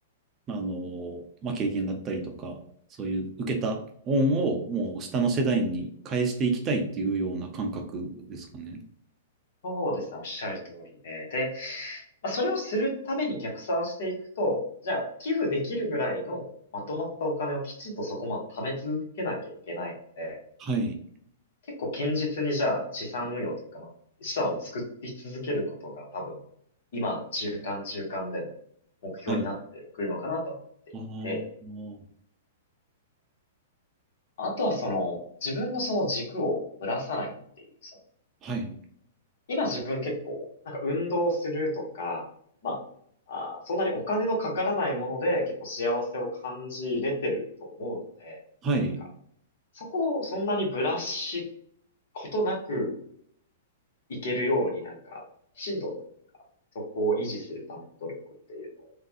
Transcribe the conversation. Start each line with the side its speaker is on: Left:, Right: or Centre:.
Right: あの、まあ経験だったりとか、そういう受けた恩をもう下の世代に返していきたいっていうような感覚ですかね。
Left: そうですね、おっしゃる通りで。で、まあ、それをするために逆算していくと、じゃあ、寄付できるぐらいのまとまったお金をきちんとそこまで貯め続けなきゃいけないので、
Right: はい。
Left: 結構堅実にじゃあ資産運用というか、まあ、資産を作り続けることが多分、今の中間中間での目標になってくるのかなと思っていて、
Right: はい。ああ、
Left: あとはその、自分のその軸をぶらさないっていう、そ
Right: はい。
Left: 今自分結構、なんか運動するとか、まあ、あー、そんなにお金のかからないもので結構幸せを感じれてると思うので、
Right: はい。
Left: なんかそこをそんなにブラシことなくいけるようになんか、きちんとなんかそこを維持するための努力っていうのを